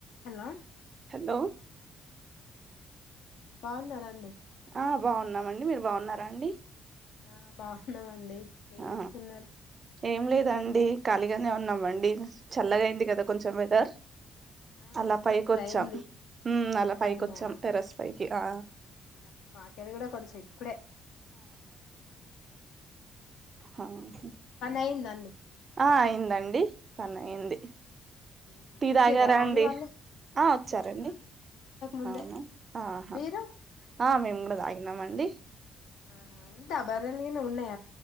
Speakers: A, on the left (about 80°); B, on the right (about 40°).
A: Hello
B: hello
A: బాగున్నారా అండి
B: అ బాగున్నామండి మీరు బాగున్నారా అండి
A: ఆ బాహున్నామండి ఏం
B: ఆ
A: జేస్సున్నారు
B: ఏం లేదండి ఖాళీగానే ఉన్నాం అండి చల్లగా అయింది గదా కొంచెం వెదర్
A: ఆ
B: అలా పైకి
A: ఇప్పుడు
B: వచ్చాం,
A: అయింది
B: మ్ అలా పైకి
A: అవునా
B: వచ్చాం టెర్రస్ పై కి ఆ
A: ఆహా మా అక్క ది కూడా కొంచెం ఇప్పుడే
B: హా హ్మ్
A: అయిందా అండి
B: ఆ అయిందండి పని అయింది
A: మ్మ్ హ్మ్
B: టీ
A: వచ్చిర్రా
B: తాగారా
A: మమ్మీ
B: అండి
A: వాళ్ళు
B: ఆ వచ్చారండి
A: ముందే
B: అవును ఆహా
A: మీరు
B: ఆ మేంగూడ దాగినం అండి
A: ఆహా ఉంత బర్రెలు గిన ఉన్నయ